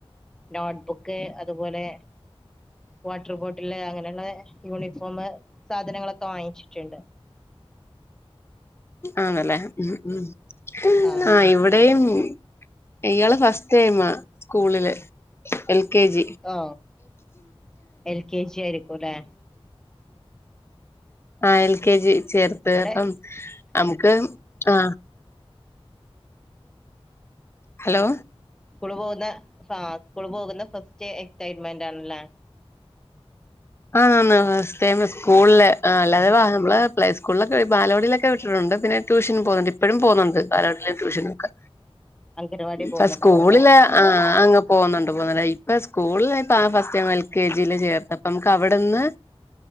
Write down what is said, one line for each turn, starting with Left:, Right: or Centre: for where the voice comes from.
Centre: നോട്ട്ബുക്ക് അതുപോലെ വാട്ടർ ബോട്ടില് അങ്ങനെള്ള യൂണിഫോമ് സാധനങ്ങളൊക്കെ വാങ്ങിച്ചിട്ടുണ്ട്.
Left: ആണല്ലേ, ഉം ഉം
Centre: ആഹ്
Left: ആ
Centre: ആഹ്
Left: ഇവിടെയും ഇയാള് ഫസ്റ്റ് ടൈമാ സ്കൂളില് എൽ കെ ജി. <inaudible>
Centre: ഓ എൽ കെ ജി ആയിരിക്കും അല്ലെ
Left: ആ, എൽ കെ ജി ചേർത്ത്,
Centre: ഇവിടെ
Left: അപ്പം നമുക്ക് ആ. ഹലോ
Centre: സ്കൂളി പോകുന്ന ആ സ്കൂള് പോകുന്ന ഫസ്റ്റ് എക്സൈറ്റ്മെന്റ് ആണല്ലേ?
Left: ആണ് ഫസ്ടൈമ് സ്കൂളില് അല്ലാതെ വ നമ്മള് പ്ലേകൂളിലൊക്കെ, ബാലവാടിലൊക്കെ വിട്ടിട്ടുണ്ട്. പിന്നെ ട്യൂഷന് പോകുന്നുണ്ട് ഇപ്പഴും പോകുന്നുണ്ട്, ബാലവാടീലും ട്യൂഷനുവൊക്കെ.
Centre: അംഗനവാടി പോകുന്നുണ്ടാവും
Left: പ സ്കൂളില്
Centre: അല്ലെ
Left: ആ അങ്ങ് പോകുന്നുണ്ട് പോന്നോണ്ട് ആ ഇപ്പ സ്കൂളില ഇപ്പം ആ ഫസ്റ്റ് ടൈം എൽ കെ ജിൽ ചേർത്ത അപ്പമ്മക്കവിടുന്ന്